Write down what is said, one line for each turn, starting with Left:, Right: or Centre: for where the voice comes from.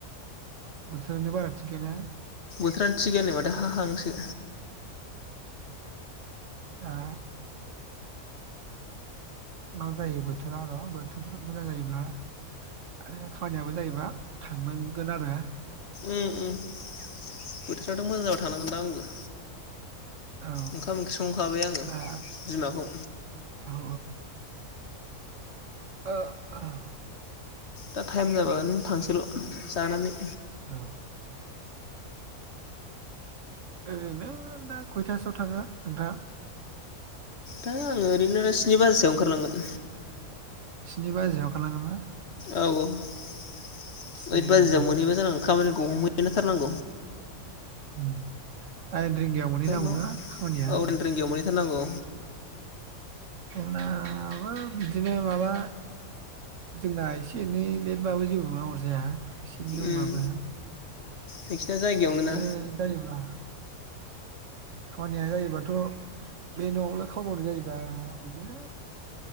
Right: बोथोरानो बारा थिख गैयाना।
Left: थोरानो थिग गैया नै माथो हाहांसो।
Right: दा। मा जायो बोथोरा र' बोथोर मोजां जायोब्ला आरो खामानियाबो जायोबा थांनांगोन आरो।
Left: ओम ओम बोथोराथ' मोजां जाबा थांनांगोन दां आंबो।
Right: औ
Left: ओंखाम ओंख्रि संखाबाय आङो
Right: दा
Left: बिमाखौ
Right: औ औ। <unintelligible>
Left: दा टाइम जाबा आरैनो थांसैल' जानानै।
Right: औ। ओरैनो दा खयथासोआव थाङो नोंथाङा।
Left: दा आङो ओरैनो स्नि बाजिसोआव ओंखारलांगोन।
Right: स्नि बाजियाव ओंखारलांगोन बा
Left: औ औ ओइद
Right: स्नि
Left: बाजियाव
Right: रिंगा
Left: मोनहैबा जानांगोन खामानि <unintelligible> नो थारनांगौ।
Right: होम। दाइन रिंगायाव मोनहैनांगौना
Left: मा
Right: खामानिया।
Left: औ दाइन रिंगायाव मोनहैथारनांगौ
Right: जोंनाबो बिदिनो माबा जोंना एसे एनै लेटबाबो जेबो नङा अरजाया। एसे एनै उनबाबो
Left: उम नोंसिना जायगायावनो
Right: बिदिनो
Left: ना
Right: जायोब्ला खामानिया जायोबाथ' बे न'आवनो खामावनाय जायोबा बिदिनो